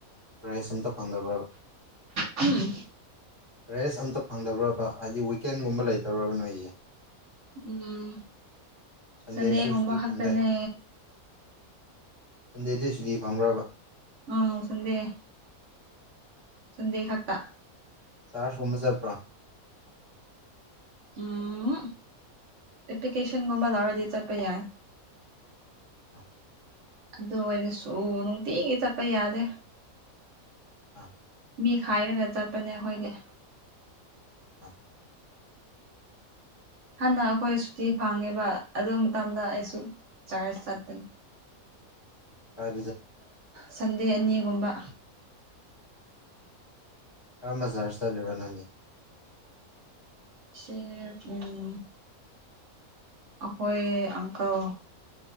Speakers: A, on the left (about 20°); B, on the right (about 60°).
A: ꯄ꯭ꯔꯥꯏꯁ ꯑꯝꯇ ꯐꯪꯗꯕ꯭ꯔꯕ
B: ꯎꯝ
A: ꯔꯦꯁ ꯑꯝꯇ ꯐꯪꯗꯕ꯭ꯔꯕ ꯍꯥꯏꯗꯤ ꯋꯤꯛꯀꯦꯟꯒꯨꯝꯕ ꯂꯩꯇꯧꯔꯕ ꯅꯣꯏꯁꯦ
B: ꯎꯝ
A: ꯁꯟꯗꯦꯁꯨ
B: ꯁꯟꯗꯦꯒꯨꯝꯕ
A: ꯁꯨꯇꯤ
B: ꯈꯛꯇꯅꯦ
A: ꯐꯪꯗꯦ ꯁꯟꯗꯦꯗꯁꯨꯗꯤ ꯐꯪꯈ꯭ꯔꯕ
B: ꯎꯝ ꯁꯟꯗꯦꯦ ꯁꯟꯗꯦ ꯈꯥꯛꯛꯇ
A: ꯀꯥꯔꯁꯒꯨꯝꯕ ꯆꯠ꯭ꯔꯣ
B: ꯎꯝ ꯑꯦꯄ꯭ꯂꯤꯀꯦꯁꯟꯒꯨꯝꯕ ꯂꯧꯔꯗꯤ ꯆꯠꯄ ꯌꯥꯏ
A: ꯑꯥ
B: ꯑꯗꯨ ꯑꯣꯏꯔꯁꯨ ꯅꯨꯡꯇꯤꯒꯤ ꯆꯠꯄ ꯌꯥꯗꯦ
A: ꯑꯥ
B: ꯃꯤ ꯈꯥꯏꯔꯒ ꯆꯠꯄꯅꯦ ꯑꯩꯈꯣꯏꯁ
A: ꯑꯥ
B: ꯍꯥꯟꯟꯅ ꯑꯩꯈꯣꯏ ꯁꯨꯇꯤ ꯐꯪꯉꯦꯕ ꯑꯗꯨ ꯃꯇꯝꯗ ꯑꯩꯁꯨ ꯆꯥꯔꯖ ꯆꯠꯄꯅꯤ
A: ꯀꯥꯏ
B: ꯁꯟꯗꯦ ꯑꯅꯤꯒꯨꯝꯕ
A: ꯑꯃ ꯁꯥꯔ ꯆꯠ ꯂꯩꯕꯣ ꯅꯗꯤ
B: ꯁꯤ ꯎꯝ ꯑꯩꯈꯣꯏ ꯑꯪꯀꯜ